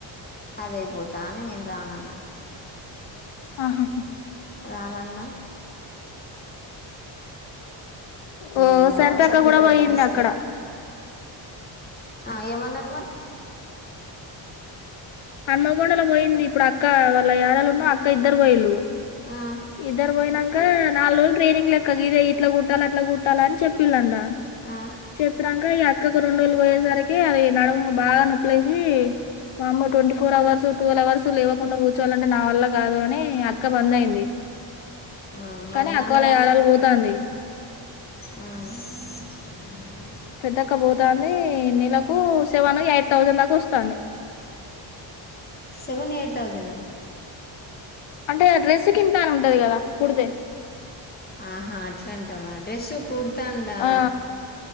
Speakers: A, on the left; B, on the left.
A: అదయిపోతా అని నేను రానన్న
B: ఆహాహా
A: రానన్న
B: ఇ ఓ
A: ఇగ
B: సరితక్క
A: సర్టిఫికేట్
B: గూడా బోయింది
A: ఇస్తారా
B: అక్కడ
A: ఆ ఏమన్నరు మరి
B: హనుమగొండలా పోయింది ఇప్పుడు అక్క వాళ్ళ యారళ ఉన్నా అక్క ఇద్దరు పోయిలు
A: ఆ
B: ఇద్దరు ఒయినంక నాల్రోజులు ట్రైనింగ్ లెక్క గిదే ఇట్లా కుట్టాలి అట్లా కుట్టాలని చెప్పిలంట
A: ఆ
B: చెపురాంగా ఇగ యత్ ఇంకొక రొండు రోజులు పోయేసరికి అది నడముకు బాగా నొప్పులేసి వామ్మో twenty four hours twelve hours లేకుండా కూర్చోవాలంటే నా వల్ల కాదు అని అక్క బంద్ అయింది
A: ఆ మరి
B: కానీ
A: నన్ను
B: అక్కవాళ్ళ యారాలు బోతంది
A: ఆ
B: పెదకబోతంది నెలకు సేవను ఎయిట్ థౌజండ్ దాకా వస్తంది
A: సెవెన్ ఎయిట్ థౌసండ
B: అంటే డ్రెస్ కింత అని ఉంటది గదా కుడితే
A: ఆహా అట్లాంటవా డ్రెస్ కుడుతాండా
B: ఆ